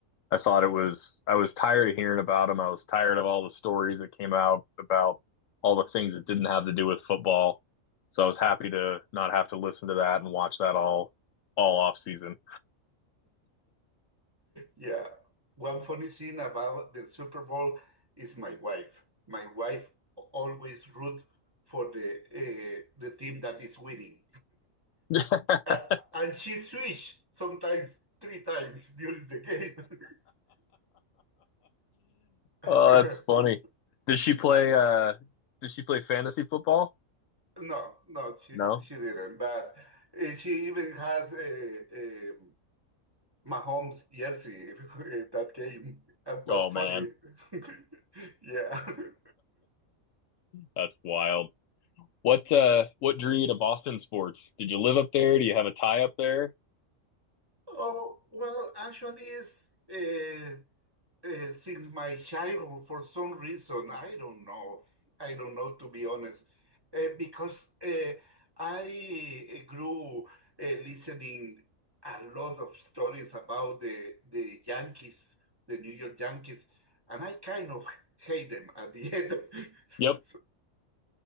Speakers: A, on the left; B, on the right.
A: I thought it was I was tired of hearing about him. I was tired of all the stories that came out about all the things that didn't have to do with football. So I was happy to not have to listen to that and watch that all all off season.
B: Yeah. One funny thing about the Super Bowl is my wife. My wife always root for the uh, the team that is winning.
A: <laughs>
B: Uh, and she switch sometimes three times during the game. <laughs>
A: oh, that's funny. Did she play uh did she play fantasy football?
B: No, no, she
A: No.
B: she didn't. But uh, she even has a, a Mahomes jersey <laughs> that came and was
A: Oh
B: funny.
A: man.
B: <laughs> Yeah.
A: That's wild. What uh what drew you to Boston sports? Did you live up there? Do you have a tie up there?
B: Oh, well, actually, it's uh, Uh, since my childhood, for some reason, I don't know. I don't know, to be honest, uh, because uh, I eh, grew uh, listening a lot of stories about the the Yankees, the New York Yankees, and I kind of hate them at the end. <laughs>
A: Yep.
B: So-